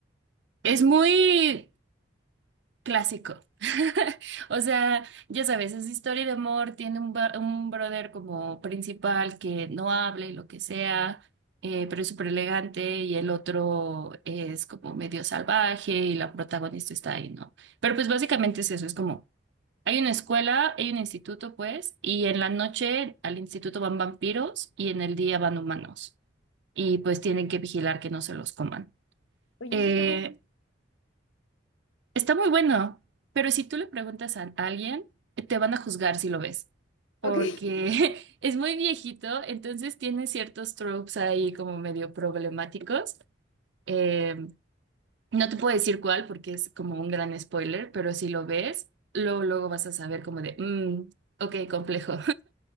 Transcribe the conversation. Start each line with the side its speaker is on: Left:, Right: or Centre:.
Right: Es muy Clásico. <laughs> O sea, ya sabes, es historia de amor, tiene un, ba- un brother como principal que no habla y lo que sea, eh, pero es súper elegante y el otro es como medio salvaje y la protagonista está ahí, ¿no? Pero pues básicamente es eso, es como, hay una escuela, hay un instituto, pues, y en la noche al instituto van vampiros y en el día van humanos y pues tienen que vigilar que no se los coman.
Left: Oye,
Right: Eh,
Left: eso está muy...
Right: Está muy bueno, pero si tú le preguntas a alguien, te van a juzgar si lo ves, porque
Left: Ok, <laughs>
Right: <laughs> es muy viejito, entonces tiene ciertos tropes ahí como medio problemáticos. Eh, no te puedo decir cuál porque es como un gran spoiler, pero si lo ves, luego, luego vas a saber como de, "Mm, ok, complejo.